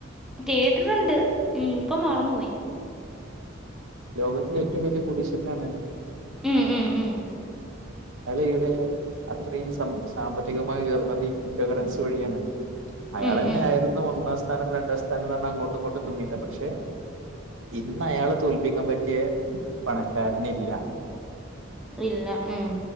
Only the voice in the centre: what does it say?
കേട്ടിട്ടുണ്ട് ഉം ഇപ്പം മറന്നു പോയി
ഉം ഉം ഉം
ഉം
ഉം
ഉം
ഇല്ല ഉം